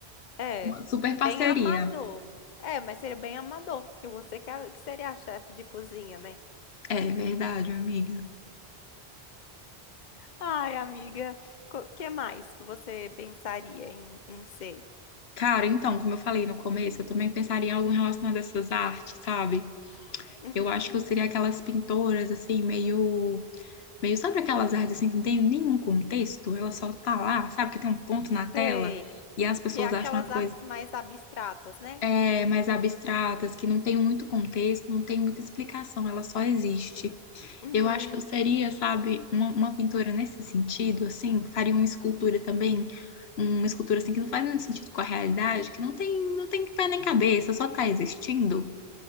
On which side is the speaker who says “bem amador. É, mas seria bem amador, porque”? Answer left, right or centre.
Left